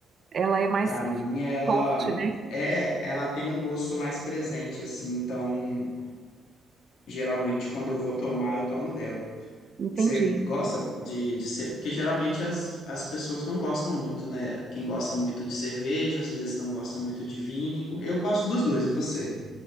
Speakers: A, on the right; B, on the left.
A: Ela é mais
B: Para mim, ela
A: forte, né?
B: é, ela tem um gosto mais presente, assim. Então, geralmente, quando eu vou tomar, eu tomo dela.
A: Entendi.
B: Você gosta de, de ser. Porque geralmente as, as pessoas não gostam muito, né? Quem gosta muito de cerveja, às vezes não gosta muito de vinho. Eu gosto dos dois, e você?